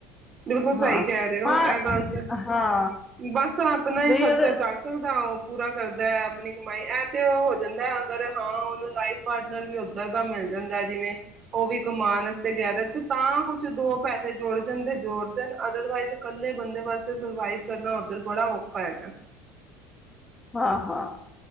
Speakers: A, on the right; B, on the left.
A: ਬਿਲਕੁਲ ਸਹੀ
B: ਹਾਂ
A: ਕਹਿ ਰਹੇ ਹੋ।
B: ਹਾਂ
A: ਇਹ ਗੱਲ ਤੇ
B: ਹਾਂ
A: ਬਸ। ਆਪਣਾ ਹੀ
B: ਬਈ
A: ਖਰਚਾ
B: ਅਗਰ
A: ਚੱਕ ਸਕਦਾ ਉਹ ਪੂਰਾ ਕਰ ਆਪਣੀ ਕਮਾਈ ਇਹ ਤੇ ਉਹ ਹੋ ਜਾਂਦਾ। ਅਗਰ ਹਾਂ, ਉਹਨੂੰ ਲਾਈਫ ਪਾਰਟਨਰ ਵੀ ਉੱਧਰ ਦਾ ਮਿਲ ਜਾਂਦਾ, ਜਿਵੇਂ ਉਹ ਵੀ ਕਮਾਉਣ ਵਾਸਤੇ ਗਿਆਦਾ ਤੇ ਤਾਂ ਕੁਛ ਦੋ ਪੈਸੇ ਜੋੁੜ ਜਾਣ, ਤੇ ਜੋੜਦੇਣ। ਅਦਰਵਾਈਜ਼ ਇਕੱਲੇ ਬੰਦੇ ਵਾਸਤੇ ਸਰਵਾਈਵ ਕਰਨਾ ਉੱਧਰ ਬੜਾ ਔਖਾ ਹੈਗਾ।
B: ਹਾਂ, ਹਾਂ,